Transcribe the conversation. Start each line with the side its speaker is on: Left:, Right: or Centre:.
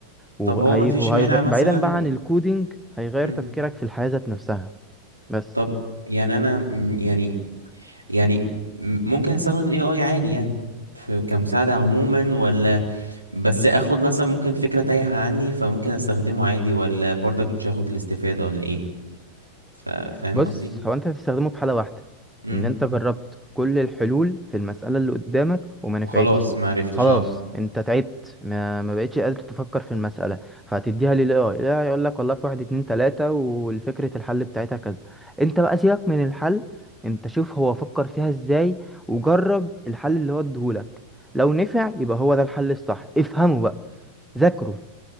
Centre: وهي...
Right: طب هو مفيش
Centre: وهي...
Right: مانع مثلا
Centre: بعيدا بقى عن الكودينج هيغير
Right: امم
Centre: تفكيرك في الحياة ذات نفسها بس
Right: طب يعني انا مم، يعني يعني م- ممكن استخدم الاي اي عادي يعني في كمساعدة عموما ولا بس اخد مثلا ممكن فكرة تايهة عني فممكن استخدمه عادي ولا برضك مش هاخد الاستفادة ولا ايه ف- فاهم
Centre: بص
Right: قصدي
Centre: هو انت هتستخدمه في حالة واحدة
Right: امم
Centre: ان انت جربت كل الحلول في المسألة اللي قدامك وما نفعتش
Right: وخلاص ما عرفتش
Centre: خلاص
Right: اه
Centre: انت تعبت ما, ما بقتش قادر تفكر في المسألة فهتديها للاي اي لا يقول لك والله في واحد اتنين تلاتة والفكرة الحل بتاعتها كذا انت بقى سيبك من الحل انت شوف هو فكر فيها ازاي وجرب الحل اللي هو اديهولك لو نفع يبقى هو ده الحل الصح افهمه بقى ذاكره